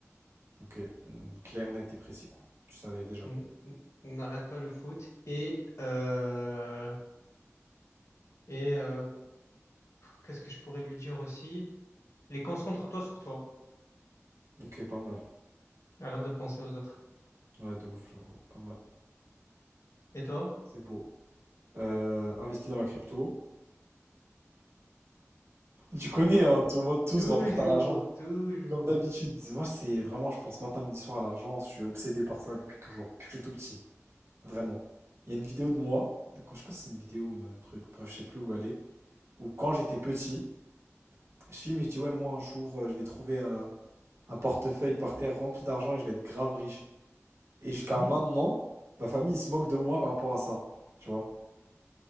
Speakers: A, on the right; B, on the left.
A: Ok, mm, clair, net et précis, quoi. Tu savais déjà.
B: N- n- n'arrête pas le foot. Et, euh, et euh, qu'est-ce que je pourrais lui dire aussi? Les concentre-toi sur toi,
A: Ok, pas mal.
B: arrête de penser aux autres.
A: Ouais, de ouf, j'avoue. Pas mal.
B: Et toi?
A: C'est beau. Euh, investi dans la crypto. <laughs> Tu connais, hein, tout le monde, tout
B: Toujours,
A: se rapporte à l'argent.
B: toujours.
A: Comme d'habitude. Moi, c'est vraiment, je pense matin, midi, soir à l'argent. Je suis obsédé par ça depuis toujours, depuis que je suis tout petit. Vraiment. Il y a une vidéo de moi, de quand, je sais pas si c'est une vidéo ou un truc, bref, je sais plus où elle est, où quand j'étais petit, je filme et je dis, ouais, moi un jour, euh, je vais trouver un, un portefeuille par terre rempli d'argent et je vais être grave riche. Et jusqu'à
B: <laughs>
A: maintenant, ma famille, ils se moquent de moi par rapport à ça. Tu vois?